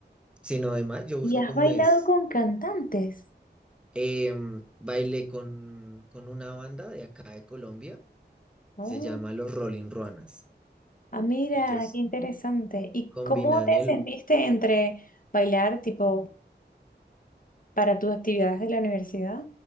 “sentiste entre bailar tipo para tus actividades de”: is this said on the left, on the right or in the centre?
Left